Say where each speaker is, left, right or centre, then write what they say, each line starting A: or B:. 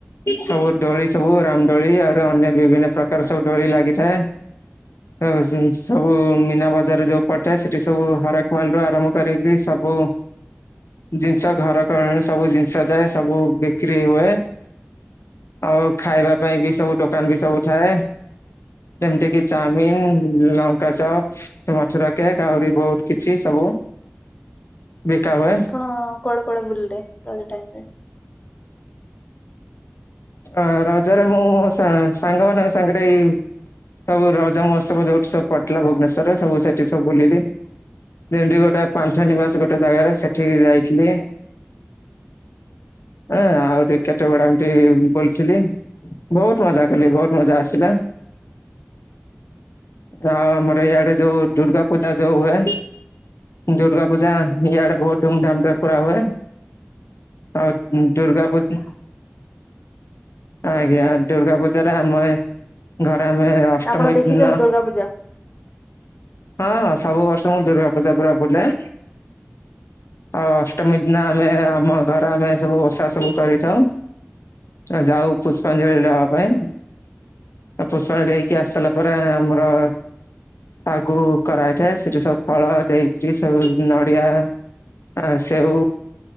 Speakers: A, on the left; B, on the left.
A: ସବୁ ଦୋଳି ସବୁ ରାମ ଦୋଳି ଆହୁରି ଅନ୍ୟ ବିଭିନ୍ନ ପ୍ରକାର ସବୁ ଦୋଳି ଲାଗିଥାଏ। ହ ସ ସବୁ ମୀନା ବଜାର ଯୋଉ ପଡିଯାଏ ସେଠି ସବୁ ହରେକ ମାଲରୁ ଆରମ୍ଭ କରିକି ସବୁ ଜିନିଷ ଘର କରଣ ସବୁ ଜିନିଷ ଯାଏ ସବୁ ବିକ୍ରି ହୁଏ ଆଉ ଖାଇବା ପାଇଁ ବି ସବୁ ଦୋକାନ ବି ସବୁ ଥାଏ ଯେମିତି କିି ଚାଅମିିନ ଲଙ୍କା ଚପ୍ ତ ମଥୁରା କେକ୍ ଆହୁରି ବହୁତ କିଛି ସବୁ ବିକା ହୁଏ।
B: ଆପଣ କୁଆଡ଼େ କୁଆଡ଼େ ବୁଲିଲେ ରଜ ଟାଇମରେ!
A: ହଁ ରଜରେ ମୁଁ ସା ସାଙ୍ଗମାନଙ୍କ ସାଙ୍ଗରେ ଏଇ ସବୁ ରଜ ମହୋତ୍ସବ ଯୋଉଠି ସବୁ ପଡ଼ିଲା ଭୁବନେଶ୍ୱର ସବୁ ସେଠି ସବୁ ବୁଲିଲି। ଯେ ଗୋଟେ ପାଞ୍ଚ ନିବାସ ଗୋଟେ ଜାଗାରେ ସେଠିକି ଯାଇଥିଲି ହଁ ଆହୁରୀ କେତେ ଗୁଡ଼ା ଏମିତି ବୁଲିଥିଲି ବହୁତ ମଜା କଲି ବହୁତ ମଜା ଆସିଲା। ଆଉ ଆମର ଇଆଡ଼େ ଯଉ ଦୁର୍ଗା ପୂଜା ଯଉ ହୁଏ ଦୁର୍ଗା ପୂଜା ଇଆଡ଼େ ବହୁତ ଧୁମଧାମ ରେ ପୁରା ହୁଏ। ହଉ ଦୁର୍ଗା ପୂଜା ଆଜ୍ଞା ଦୁର୍ଗା ପୂଜାରେ ଆମେ ଘରେ ଆମେ ଅଷ୍ଟମୀ
B: ଆପଣ ଦେଖିଛନ୍ତି
A: ଦିନ
B: ଦୁର୍ଗା ପୂଜା?
A: ହଁ ହଁ ସବୁ ବର୍ଷ ମୁଁ ଦୁର୍ଗା ପୂଜା ପୁରା ବୁଲେ। ଆଉ ଅଷ୍ଟମୀ ଦିନ ଆମେ ଆମ ଘର ଆମେ ସବୁ ଓଷା ସବୁ କରିଥାଉ। ଆଉ ଯାଉ ପୁଷ୍ପାଞ୍ଜଳି ଦବା ପାଇଁ। ପୁଷ୍ପାଞ୍ଜଳି ଦେଇକି ଆସିଲା ପରେ ଆମର ତାକୁ କରାହେଇଥାଏ। ସେଠି ସବୁ ଫଳ ଦେଇକି ସବୁ ନଡ଼ିଆ ଆ ସେଉ